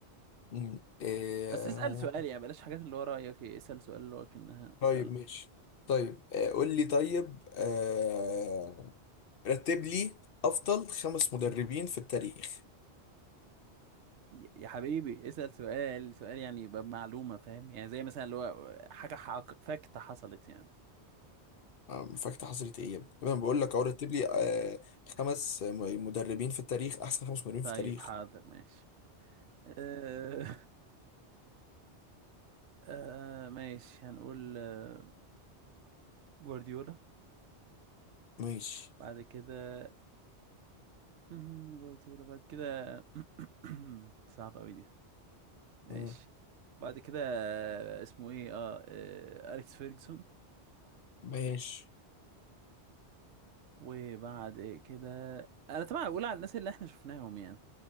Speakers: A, on the left (about 60°); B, on the right (about 90°).
A: مم. إيه.
B: بس اسأل سؤال يعني بلاش حاجات اللي هو رأيك اسأل سؤال اللي هو كأنها
A: طيب
B: سؤال
A: ماشي طيب آه، قول لي طيب آه... رتب لي افضل خمس مدربين في التاريخ
B: ي- يا حبيبي اسأل سؤال سؤال يعني يبقى بمعلومة فاهم يعني زي مثلا اللي هو حاجة حق... فاكتة حصلت يعني
A: آه، فاكت حصلت ايه يا ابني طب انا بقول لك اهو رتب لي آه... خمس م- مدربين في التاريخ احسن خمس مدربين
B: طيب
A: في التاريخ
B: حاضر ماشي آه <laughs> آه ماشي هنقول آه، جوارديولا
A: ماشي
B: بعد كده مم، جوارديولا بعد كده <clears throat> صعب أوي دي ماشي
A: مم.
B: بعد كده آه، اسمه ايه اه, آه أليكس فيرجسون
A: ماشي
B: وبعد كده انا طبعا اقول على الناس اللي احنا شفناهم يعني